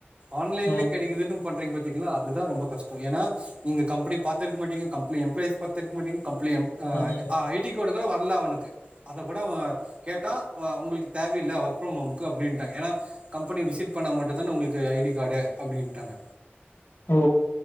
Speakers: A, on the right; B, on the left.
A: ஆன்லைன்லே
B: ம்
A: கடைக்குதுன்னு பண்றீங்க பாத்தீங்களா அதுதா ரொம்ப கஷ்டம் ஏன்னா நீங்க கம்பெனி பாத்ருக்க மாட்டிங்க கம்பெனி எம்ளாய்ஸ் பாத்ருக்க மாட்டிங்க கம்பெனி எம்ப் ஆ
B: ம்
A: ஐடி கார்டு கூட வரல அவனுக்கு அத கூட அவன் கேட்டா உங்கள்க்கு தேவ இல்ல ஒர்க் ஃப்ரம் ஹோம்க்கு அப்டின்டாங்க ஏனா கம்பனி விசிட் பண்ணா மட்டு தானே உங்களுக்கு ஐடி கார்டு அப்டின்ட்டாங்க
B: ஓ